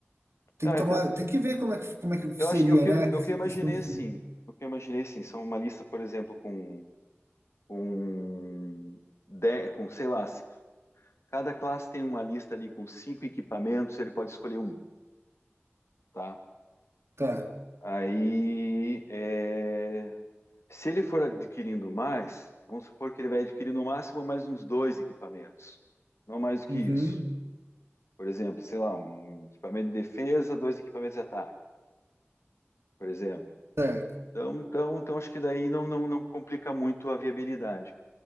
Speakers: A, on the right; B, on the left.
A: tem
B: Ah,
A: que tomar,
B: então
A: tem que ver como é que, como é que
B: eu
A: seria,
B: acho, eu que
A: né?
B: eu,
A: Essa
B: que imaginei
A: questão dos...
B: assim, o que eu imaginei assim, são uma lista, por exemplo, com com, de, com sei lá, cada classe tem uma lista ali com cinco equipamentos, ele pode escolher um, tá?
A: Tá.
B: Aí, é, se ele for adquirindo mais, vamos supor que ele vai adquirir no máximo mais uns dois equipamentos, não mais do que
A: Uhum.
B: isso. Por exemplo, sei lá, um equipamento de defesa, dois equipamentos de ataque, por exemplo.
A: Certo.
B: Então, então, então acho que daí não, não, não complica muito a viabilidade.